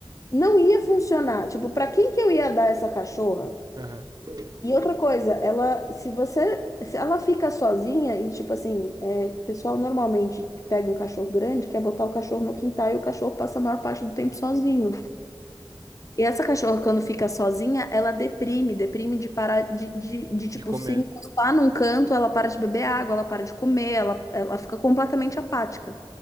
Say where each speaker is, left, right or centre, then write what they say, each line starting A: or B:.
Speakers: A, on the left; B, on the right.
A: não ia funcionar. Tipo, para quem que eu ia dar essa cachorra?
B: Aham. uhum.
A: E outra coisa, ela, se você, se ela fica sozinha e tipo assim, é, o pessoal normalmente que pega um cachorro grande quer botar o cachorro no quintal e o cachorro passa a maior parte do tempo sozinho, E essa cachorra, quando fica sozinha, ela deprime, deprime de parar de, de, de, tipo,
B: De comer.
A: se encostar num canto, ela para de beber água, ela para de comer, ela, ela fica completamente apática.